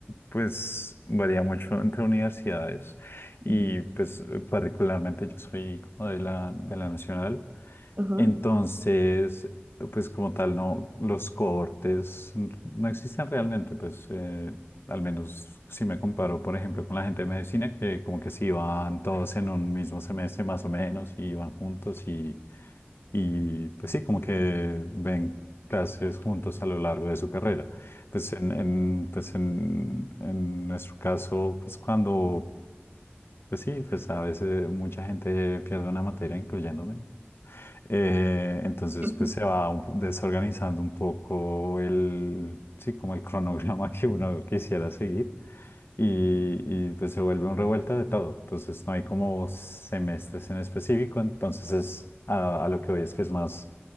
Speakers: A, on the left (about 65°); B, on the right (about 40°).
A: pues varía mucho entre universidades y
B: Ujú.
A: pues eh, particularmente yo soy como de la, de la nacional,
B: Ajá.
A: entonces pues como tal no, los cohortes no existen realmente, pues eh, al menos si me comparo, por ejemplo, con la gente de medicina, que como que sí van todos en un mismo semestre más o menos y van juntos y, y pues sí, como que ven clases juntos a lo largo de su carrera. Pues en, en, pues en, en nuestro caso, pues cuando, pues sí, pues a veces mucha gente pierde una materia, incluyéndome, eh, entonces,
B: <laughs>
A: pues se va un po- desorganizando un poco el, sí, como el <laughs> cronograma que uno quisiera seguir y, y, pues se vuelve un revuelta de todo. Entonces, no hay como semestres en específico. Entonces, es a, a lo que voy es que es más